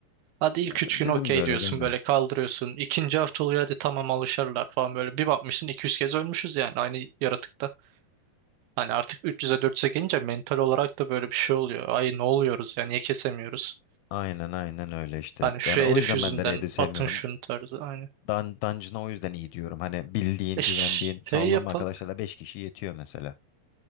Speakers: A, on the right; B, on the left.
A: Hadi ilk 3
B: Bizim
A: gün okey
B: de öyleydi
A: diyorsun
B: aynen.
A: böyle kaldırıyorsun. İkinci hafta oluyor hadi tamam alışırlar falan böyle. Bir bakmışsın 200 kez ölmüşüz yani aynı yaratıkta. Hani artık 300'e 400'e gelince mental olarak da böyle bir şey oluyor. Ay ne oluyoruz ya niye kesemiyoruz?
B: Aynen aynen öyle işte.
A: Hani şu
B: Yani
A: herif
B: o yüzden
A: yüzünden
B: ben de raid'i sevmiyorum.
A: atın şunu tarzı. Aynı.
B: Dan Dungeon'a o yüzden iyi diyorum. Hani bildiğin,
A: E
B: güvendiğin,
A: ş-
B: sağlam
A: şey yapak.
B: arkadaşlarla 5 kişi yetiyor mesela.